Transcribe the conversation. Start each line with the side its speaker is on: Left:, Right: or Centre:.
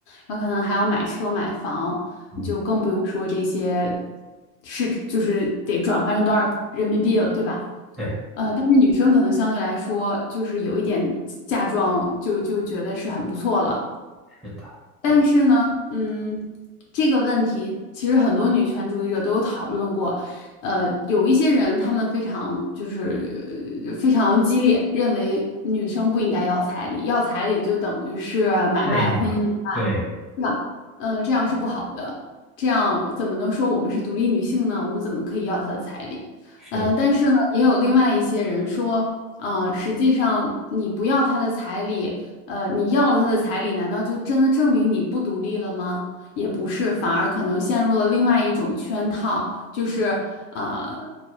Left: 然后可能还要买车、买房，
Centre: 嗯，
Left: 就更不用说这些是就是得转换成多少人民币了，对吧？
Centre: 对，
Left: 呃，但是女生可能相对来说就是有一点嫁妆就就觉得是很不错了，
Centre: 是的，
Left: 但是呢，嗯，这个问题其实很多女权主义者都有讨论过。呃，有一些人他们非常就是呃非常激烈，认为女生不应该要彩礼，要彩礼就等于是买卖婚姻买卖，
Centre: 那一点呢。对，
Left: 是吧？嗯、这样是不好的，这样怎么能说我们是独立女性呢？我们怎么可以要她的彩礼？
Centre: 是，
Left: 嗯、但是呢，也有另外一些人说，啊、实际上你不要她的彩礼。呃，你要了他的彩礼，难道就真的证明你不独立了吗？也不是，反而可能陷入了另外一种圈套，就是呃，